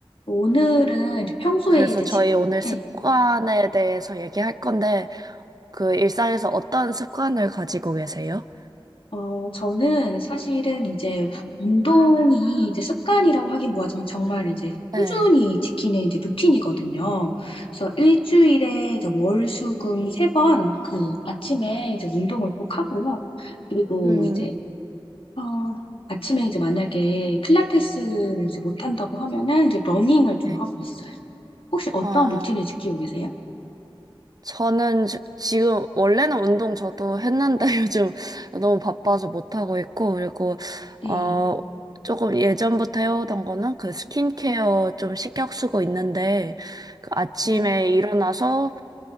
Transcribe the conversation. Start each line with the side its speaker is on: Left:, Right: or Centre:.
Left: 오늘은 이제 평소에
Right: 그래서
Left: 이제
Right: 저희
Left: 직,
Right: 오늘 습관에
Left: 예,
Right: 대해서 얘기할 건데, 그 일상에서 어떤 습관을 가지고 계세요?
Left: 어, 저는 사실은 이제 운동이 이제 습관이라고 하긴 뭐하지만 정말 이제
Right: 네.
Left: 꾸준히 지키는 이제 루틴이거든요. 그래서 일주일에 이제 월, 수, 금 세 번 그 아침에 이제 운동을 꼭 하고요. 그리고
Right: 음,
Left: 이제, 어, 아침에 이제 만약에 필라테스를 이제 못한다고 하면은 이제 러닝을 좀
Right: 네.
Left: 하고 있어요. 혹시 어떤
Right: 아,
Left: 루틴을 지키고 계세요?
Right: 저는 지- 지금 원래는 운동 저도 했는데 <laughs> 요즘 너무 바빠서 못 하고 있고 그리고
Left: 네.
Right: 어 조금 예전부터 해오던 거는 그 스킨케어 좀 신경 쓰고 있는데 그 아침에
Left: 어,
Right: 일어나서